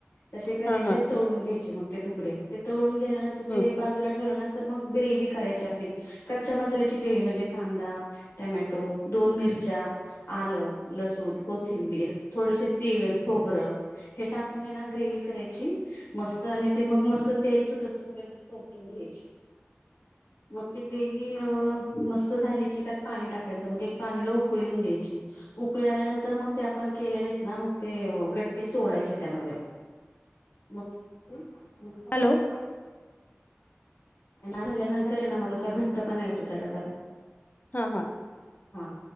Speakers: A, on the left (about 70°); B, on the left (about 40°).
A: तसे करायचे,
B: हा हा
A: तळून घ्यायचे मग. ते तुकडे, ते तळून गेल्यानंतर ते
B: हम्म
A: बाजूला ठेवल्यानंतर, मग ग्रेव्ही करायची आपली कच्च्या मसाल्याची ग्रेव्ही म्हणजे कांदा, टॅमॅटो, दोन मिरच्या आलं, लसूण, कोथिंबीर थोडेसे तीळ, खोबरं हे टाकून हेना, ग्रेवी करायची, मस्त आणि ते मग मस्त तेल सुटोस्तोपर्यंत परतून घ्यायची.
B: <inaudible>
A: मग ती ग्रेवी अ मस्त झाली, की त्यात पाणी टाकायचं, मग एक पाणीला उकळी येवून द्यायची. उकळी आल्यानंतर, मग ते आपण केलेले आहेत ना, मग ते गट्टे सोडायचे त्यामध्ये. मग, <unintelligible>
B: हॅलो
A: ना राहील्यानंतर
B: हा
A: हाय ना, मग असा घट्ट पणा येतो त्याला जरा
B: हा, हा
A: हा,